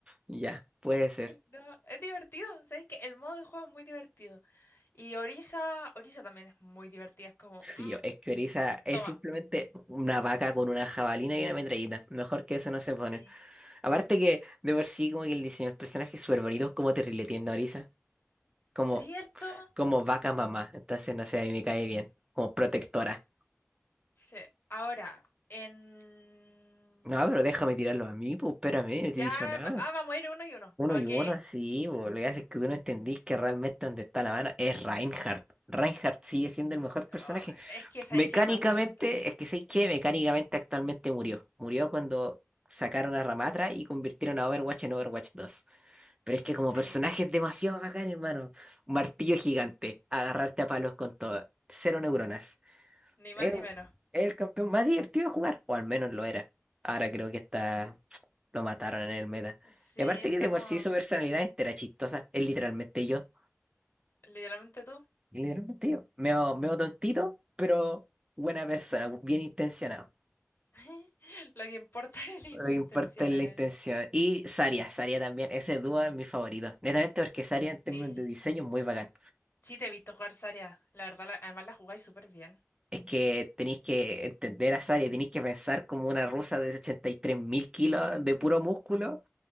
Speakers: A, on the right (about 20°); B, on the left (about 50°).
A: Ya, puede ser.
B: No, es divertido, ¿sabes que El modo de juego es muy divertido. Y Orisa, Orisa también es muy divertida, es como,
A: Sí,
B: "Mm,
A: es que Orisa es
B: toma.
A: simplemente una vaca con una jabalina y una metralleta. Mejor que eso no se pone.
B: Sí.
A: Aparte que, de por sí, como que el diseño del personaje es súper bonito, es como terrible tiene Orisa. Como,
B: ¿Cierto?
A: como vaca mamá. Entonces, no sé, a mí me cae bien. Como protectora.
B: Sí. Ahora, en...
A: No, pero déjame tirarlo a mí, pues, espérame, no
B: Ya,
A: te he dicho nada.
B: va- ah, vamos a ir uno y uno.
A: Uno
B: Ok.
A: y uno, sí, bo. Lo que hace es que tú no entendís que realmente donde está la mano es Reinhardt. Reinhardt sigue siendo el mejor personaje.
B: Ah, es que sabéis
A: Mecánicamente,
B: que no me puede gustar.
A: es que sé que mecánicamente actualmente murió. Murió cuando sacaron a Ramatra y convirtieron a Overwatch en Overwatch dos Pero es que como
B: Sí,
A: personaje es demasiado bacán, hermano. Un martillo gigante, agarrarte a palos con todo. Cero neuronas.
B: ni
A: Es,
B: más ni menos.
A: es el campeón más divertido de jugar, o al menos lo era. Ahora creo que está, lo mataron en el meta.
B: Sí,
A: Y aparte
B: está
A: que de por
B: como
A: sí su personalidad entera chistosa. Es literalmente yo.
B: literalmente tú.
A: Literalmente yo. Meo, meo tontito, pero buena persona, bien intencionado.
B: <laughs> Lo que importa es la, in-
A: No
B: la
A: importa
B: intención,
A: la
B: eh.
A: intención. Y Saria, Saria también. Ese dúo es mi favorito. Netamente porque Saria en términos
B: Sí.
A: de diseño es muy bacán.
B: Sí, te he visto jugar Zarya. La verdad, la- además la jugáis súper bien.
A: Es que tenéis que entender a Saria, tenéis que pensar como una rusa de ochenta y tres mil kilos de puro músculo